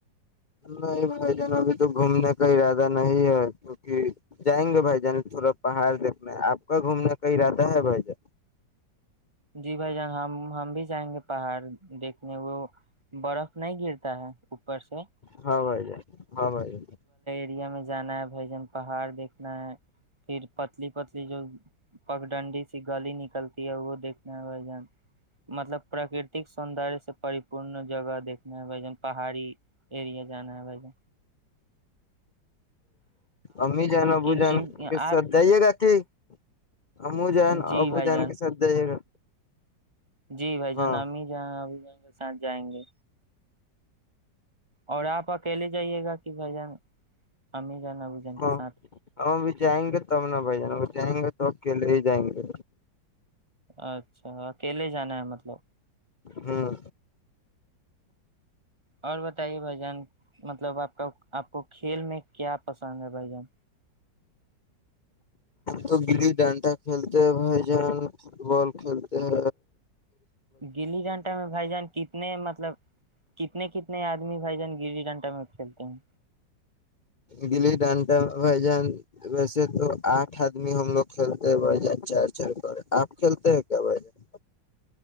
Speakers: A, on the left; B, on the right.
A: نہیں بھائی جان ابھی تو گھومنے کا ارادہ نہیں ہے کیونکہ جائیں گے بھائی جان تھوڑا پہاڑ دیکھنا آپ کا گھومنے کا ارادہ ہے بھائی جان
B: جی بھائی جان ہم ہم بھی جائیں گے پہاڑ دیکھنے وہ برف نہیں گرتا ہے اوپر سے
A: ہاں بھائی جان ہاں بھائی جان
B: یا میں جانا ہے بھجن پہاڑ دیکھنا ہے پھر پتلی پتلی جو پگ ڈنڈی سی گلی نکلتی ہے وہ دیکھ ئے ج مطلب پراکرتک سوندر سے پریپورن جگہ دیکنا ہوئے ج پہاڑی ارییا جانا ہے ہے
A: امی جان ابو
B: کن
A: جان
B: کن
A: کے
B: آپ
A: ساتھ جائیے گا تھی <unintelligible> <inaudible> ابو جان
B: جی
A: ابو
B: بھائی
A: جان کے ساتھ جائیے گا
B: جی بھائی
A: ہاں
B: جانام ہی جانیں ابھی کے ساتھ جائیں گے اور آپ اکیلے جائیے گا کہ بھ جان امی جان ابو جان کے
A: ہاں
B: ساتھ
A: ہمب جائیں گے تب نہ بھ جان جائیں گے تو اکیلے ہی جائیں گے
B: اچھا اکیلے جانا ہے مطلب
A: ہوں
B: اور بتائیے بھائی جان مطلب آپ کا آپ کو کھیل میں کیا پسند ہے بھائی جان
A: تو بلیی ڈانڈا کلتے ہے بھائی جان فٹبال کلتے ہے
B: گلی ڈنٹا میں بھائی جان کتنے مطلب کتنے کتنے آدمی بھائی جان گ گھنٹہ میں کھیلتے ہیں
A: گلی ڈانٹا میں بھائی جان ویسے تو آٹھ آدمی ہم لوگ کھیلتے ہیں بھائی جان چار چار کر آپ کھیلتے ہیں کیا بھائی جان